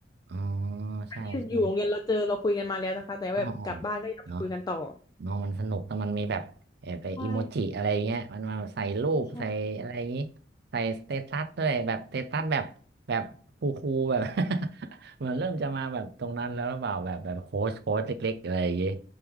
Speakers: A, on the right; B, on the left.
A: อ๋อใช่ใช่
B: ที่อยู่โรงเรียนเราเจอเราคุยกันมาแล้วนะคะแต่แบบกลับบ้านก็อยากไปคุยกันต่อ
A: อ๋ออ๋อเนาะเนาะมันสนุกแต่มันมีแบบเออไปอิโมจิอะไรเงี้ยมันมาใส่รูปใส่อะไรอย่างงี้
B: ใช่ใช่ใช่
A: ใส่สเตตัสด้วยแบบสเตตัสแบบแบบคูคูลๆแบบ <laughs> เหมือนเริ่มจะมาแบบตรงนั้นแล้วหรือเปล่าแบบแบบโค้ชโค้ชเล็กๆอะไรอย่างงี้